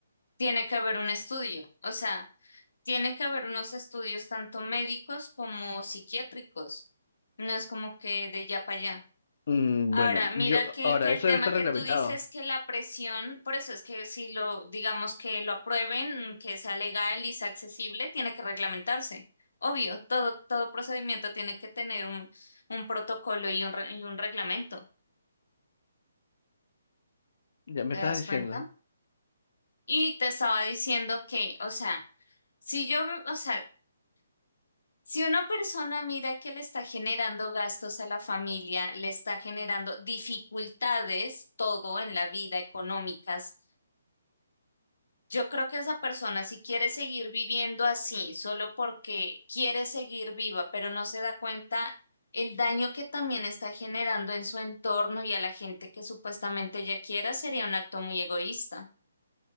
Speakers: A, on the left (about 90°); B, on the left (about 50°).
A: Tiene que haber un estudio, o sea, tiene que haber unos estudios tanto médicos como psiquiátricos. No es como que de ya para allá.
B: Mm,
A: Ahora,
B: bueno,
A: mira
B: yo,
A: que,
B: ahora,
A: que
B: eso
A: el tema
B: debe estar
A: que
B: reglamentado.
A: tú dices que la presión, por eso es que si lo, digamos que lo aprueben, que sea legal y sea accesible, tiene que reglamentarse. Obvio, todo, todo procedimiento tiene que tener un, un protocolo y un, re- y un reglamento.
B: Ya me
A: ¿Te
B: estás
A: das
B: diciendo.
A: cuenta? Y te estaba diciendo que, o sea, si yo, o sea, si una persona mira que le está generando gastos a la familia, le está generando dificultades, todo en la vida económicas Yo creo que esa persona, si quiere seguir viviendo así, solo porque quiere seguir viva, pero no se da cuenta el daño que también está generando en su entorno y a la gente que supuestamente ella quiera, sería un acto muy egoísta.